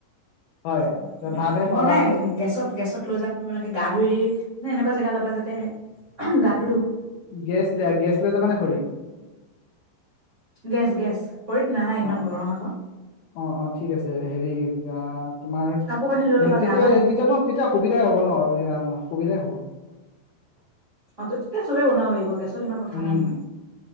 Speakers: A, on the left; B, on the right.
A: হয়
B: অ
A: ত
B: ইমান
A: ভাতহে খোৱাবা
B: ব নাই
A: আৰু
B: গেছত গেছত লৈ যাম মনে গা ধুই ৰি মানে এনেকুৱা জেগা ল'বা যে। ধুতে গা।
A: গেছ দিয়া গেছ লৈ যাবা নে খৰি।
B: Gas gas. খৰিত নাই নাই
A: অ
B: ইমান গৰম আক।
A: অ অ ঠিক আছে হেৰি ক। তোমাৰ
B: কাপোৰ কানি লৈ ল'বা
A: তেতিয়া
B: গা পা ধুম
A: তেতিয়া ন তেতিয়া সুবিধাই হ'ব ন সুবিধাই হ'ব।
B: অ' তেতিয়া চবেই <unintelligible>
A: উম
B: নাই নহয়।